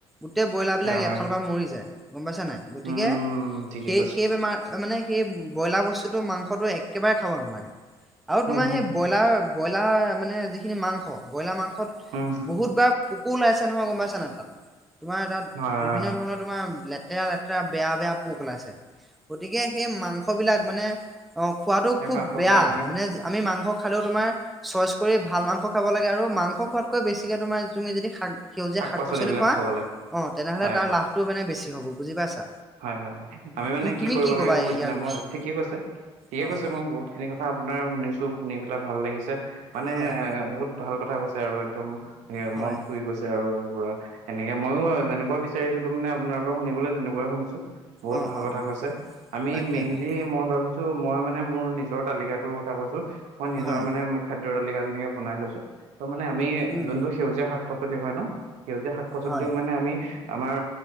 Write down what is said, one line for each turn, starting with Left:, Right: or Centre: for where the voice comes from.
Centre: গোটেই ব্ৰইলাৰ
Right: হয়,
Centre: বিলাক
Right: হয়,
Centre: এফালৰ
Right: হয়,
Centre: পৰা মৰি যায়, গম পাইছা নাই? গতিকে
Right: উম, ঠিকে
Centre: সেই
Right: কৈছে।
Centre: সেই বেমাৰ মানে সেই ব্ৰইলাৰ বস্তুটো মাংসটো একেবাৰে খাব নালাগে। আৰু
Right: উম,
Centre: তোমাৰ সেই
Right: উম,
Centre: ব্ৰইলাৰ ব্ৰইলাৰ মানে যিখিনি মাংস, ব্ৰইলাৰ মাংসত
Right: উম,
Centre: বহুতবাৰ পোকো ওলাইছে নহয়, গম পাইছা নাই তাত? তোমাৰ তাত
Right: হয়, হয়,
Centre: বিভিন্ন
Right: হয়,
Centre: ধৰণৰ তোমাৰ লেতেৰা লেতেৰা বেয়া বেয়া পোক ওলাইছে। গতিকে সেই মাংস বিলাক মানে অহ খোৱাটো
Right: সেই
Centre: খুব
Right: মাংসবিলাক
Centre: বেয়া,
Right: আমি
Centre: মানে আমি মাংস খালেও তোমাৰ চইচ কৰি ভাল মাংস খাব লাগে, আৰু মাংস খোৱাতকৈ বেছিকে তোমাৰ তুমি যদি শাক সেউজীয়া
Right: শাক-পাচলিবিলাক
Centre: শাক পাচলি খোৱা,
Right: খাব লাগে,
Centre: অ তেনেহলে
Right: হয়,
Centre: তাৰ
Right: হয়।
Centre: লাভটো মানে বেছি হ'ব। বুজি পাইছা?
Right: হয় হয় হয়, আমি মানে
Centre: তুম তুমি
Right: কি কৰিব লাগে
Centre: ক'বা
Right: গম
Centre: এই-
Right: পাইছে
Centre: ইয়াৰ
Right: নাই?
Centre: বিষয়ে
Right: মই ঠিকে কৈছে ঠিকে
Centre: অ
Right: কৈছে
Centre: অ
Right: মই বহুত খিনি কথা আপোনাৰ শুনিছো শুনি পেলাই ভাল লাগিছে, মানে
Centre: হয়
Right: এ বহুত ভাল কথা কৈছে আৰু একদম
Centre: হয়
Right: মন চুই গৈছে আৰু পোৰা, এনেকে মইও আৰু যেনেকুৱা বিচ বিচাৰি আছিলো মানে আপোনাৰ পৰা শুনিবলৈ তেনেকুৱাই শুনিছো। বহুত
Centre: অ
Right: ভাল
Centre: অ
Right: কথা
Centre: অ
Right: কৈছে, আমি
Centre: তাকে
Right: মেইনলি
Centre: তাকে
Right: মই ভাবিছো মই মানে মোৰ নিজৰ তালিকাটোৰ কথা কৈছো মই নিজৰ
Centre: হয়
Right: মানে খাদ্যৰ তালিকা তেনেকে বনাই লৈছো, ত মানে আমি
Centre: উম
Right: যোনটো সেউজীয়া শাক পাচলি হয় ন সেউজীয়া শাক পাচলিটোক
Centre: হয়
Right: মানে আমি আমাৰ